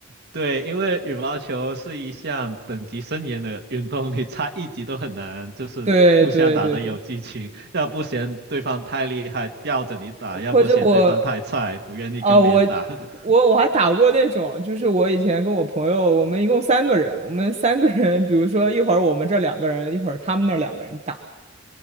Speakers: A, on the right; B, on the right.
A: 对，因为羽毛球是一项等级森严的运动，你差一级都很难，就是互相打得有激情，
B: 对对对对，
A: 要不嫌对方太厉害吊着你打，要不嫌对方太菜不愿意跟别人打，
B: 或者我，啊，我
A: <laughs>
B: 我我还打过那种，就是我以前跟我朋友，我们一共三个人，我们三个人，比如说一会儿我们这两个人，一会儿他们那两个人打，